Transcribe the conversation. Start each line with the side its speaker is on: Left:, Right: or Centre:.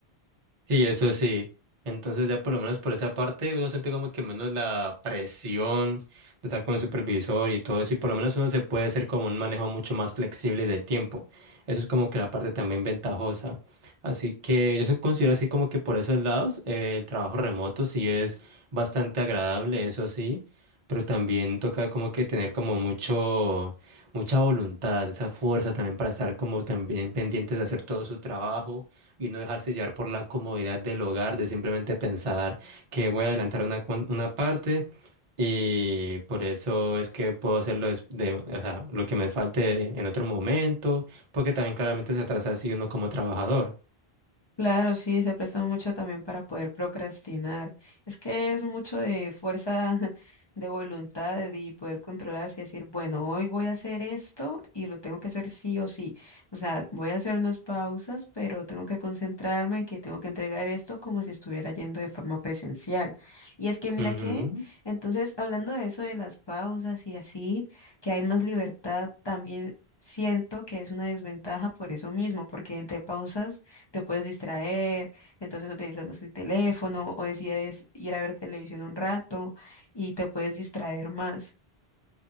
Right: Sí, eso sí. Entonces ya por lo menos por esa parte uno siente como que menos la presión de estar con el supervisor y todo eso y por lo menos uno se puede hacer como un manejo mucho más flexible del tiempo. Eso es como que la parte también ventajosa. Así que yo se- considero así como que por esos lados eh, el trabajo remoto sí es bastante agradable, eso sí, pero también toca como que tener como mucho, mucha voluntad, esa fuerza también para estar como también pendientes de hacer todo su trabajo y no dejarse llevar por la comodidad del hogar, de simplemente pensar que voy a adelantar una, cuan- una parte y por eso es que puedo hacerlo des- de, o sea, lo que me falte en otro momento, porque también claramente se atrasa así uno como trabajador.
Left: Claro, sí, se presta mucho también para poder procrastinar. Es que es mucho de fuerza <laughs> de voluntad y poder controlarse y decir, bueno, hoy voy a hacer esto y lo tengo que hacer sí o sí. O sea, voy a hacer unas pausas, pero tengo que concentrarme en que tengo que entregar esto como si estuviera yendo de forma presencial. Y es que mira
Right: Ujú.
Left: que, entonces, hablando de eso de las pausas y así, que hay más libertad, también siento que es una desventaja por eso mismo, porque entre pausas te puedes distraer, entonces utilizas más el teléfono o decides ir a ver televisión un rato y te puedes distraer más.